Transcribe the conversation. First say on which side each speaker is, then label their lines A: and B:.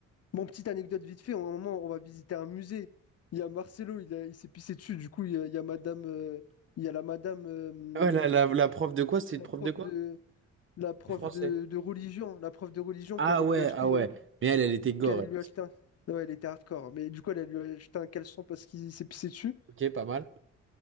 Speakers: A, on the left (about 55°); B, on the right (about 40°).
A: Bon petite anecdote vite fait. À un moment on va visiter un musée. Il y a Marcelo, il, a- il s'est pissé dessus. Du coup il y a, il y a Madame, euh, il y a la Madame, euh,
B: Ah, ouais, la, la, la prof de quoi? C'était une
A: la
B: prof
A: prof
B: de quoi?
A: de la prof
B: De Français.
A: de, de religion, la prof de religion
B: Ah
A: qui allait
B: ouais,
A: lui acheter,
B: ah ouais. Mais elle, elle était gore.
A: qui allait
B: elle
A: lui
B: aussi.
A: acheter un... Ouais, elle était hardcore, mais du coup, elle allait lui acheter un caleçon parce qu'il s'est pissé dessus.
B: Ok, pas mal.